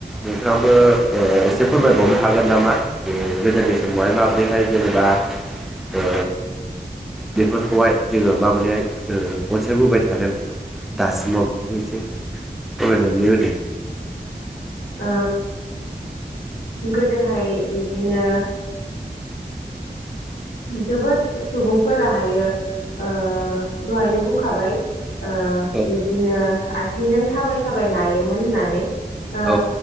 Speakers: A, in the centre; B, on the left.
A: नोंथाङाबो ओ एसे फोरमायबावनो हागोन नामा? ओ गोदोनि समावहाय माबोरैहाय जेनेबा ओ बेफोरखौहाय जोङो माबोरैहाय ओ अनसायबोबाय थादों। दासिमाव बेफोरखौ एसे फोरमायनानै होदो
B: ओ गोदोहाय ओ बिब्दिनो जोबोद सुबुंफोराहायो ओ दहायनो बुंखाबाय ओ <unintelligible>
A: औ
B: बिदिनो आथिंजों थाबाय थाबाय नायोमोन होननानै ओ
A: औ